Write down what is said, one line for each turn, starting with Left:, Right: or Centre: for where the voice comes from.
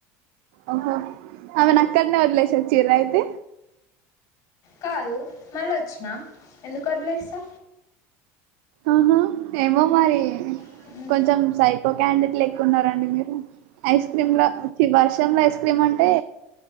Right: ఓహో అమెను అక్కడనే వదిలేస చీర అయితే
Left: కాదు మళ్ళీ వచ్చినా ఎందుకు వదిలేస్తా
Right: ఆహా ఏమో మరి
Left: ఉ
Right: కంచం సైకో క్యాండిడేట్ లేక ఉన్నారండి మీరు ఐస్ క్రీమ్ లో ఈ వర్షంలో ఐస్ క్రీమ్ అంటే